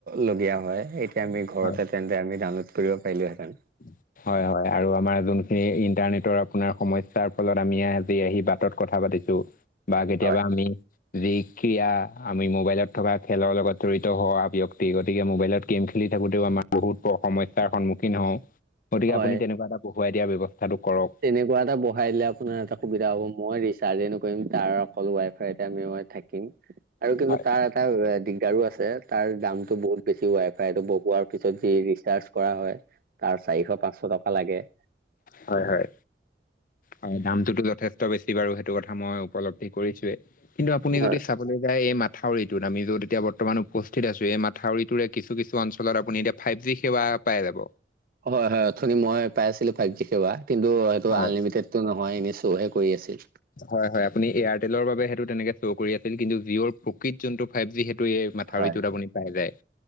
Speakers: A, on the right; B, on the left.
A: লগীয়া হয়। এতিয়া আমি ঘৰতে
B: হয়
A: তেন্তে আমি ডাউনলোড কৰিব পাৰিলোহেঁতেন।
B: <unintelligible> হয়, হয়। আৰু আমাৰ যোনখিনি ইণ্টাৰনেটৰ আপোনাৰ সমস্যাৰ ফলত আমি আজি আহি বাটত কথা পাতিছো। বা কেতিয়াবা
A: হয়
B: আমি যি ক্ৰীয়া আমি মোবাইলত থকা খেলৰ লগত জড়িত হোৱা ব্যক্তি, গতিকে মোবাইলত গেম খেলি থাকোঁতেও আমাৰ বহুতো সমস্যাৰ সন্মুখীন হওঁ। গতিকে
A: হয়
B: আপুনি তেনেকুৱা এটা বহোৱাই দিয়াৰ ব্যৱস্থাটো কৰক।
A: তেনেকুৱা এটা বঢ়াই দিলে আপোনাৰ এটা সুবিধা হ'ব, মই ৰিচাৰ্জে নকৰিম, তাৰ অকল ৱাইফাই আমি - থাকিম, আৰু কিন্তু
B: হয়
A: তাৰ - তাৰ এ দিগদাৰো আছে, তাৰ দামটো বহুত বেছি, ৱাই ফাইটো বহোৱাৰ পিছত যি ৰিচাৰ্জ কৰা হয়। তাৰ চাৰিশ পাঁচশ টকা লাগে।
B: হয় হয়। হয়, দামটোতো যথেষ্ট বেছি বাৰু, সেইটো কথা মই উপলব্ধি কৰিছোৱে। কিন্তু আপুনি
A: হয়
B: যদি চা বলৈ যায়, এই মাথাউৰিটোত। আমি যত এতিয়া বৰ্তমান উপস্থিত আছো, এই মাথাউৰিটোৰে কিছু কিছু অঞ্চলত আপুনি এতিয়া - ফাইভ জি সেৱা পাই যাব।
A: হয় হয়, অথনি মই পাইছিলো ফাইভ জি সেৱা। কিন্তু অ সেইটো
B: হয়
A: আনলিমিটেডটো নহয় এনেই শ্ব' হে কৰি আছিল।
B: হয় হয়, আপুনি এয়াৰটেলৰ বাবে সেইটো তেনেকে শ্ব' কৰি আছিল কিন্তু জিঅ'ৰ প্ৰকৃত যোনটো ফাইভ জি সেইটো এই - মাথাউৰিটোত
A: হয়
B: আপুনি পাই যায়।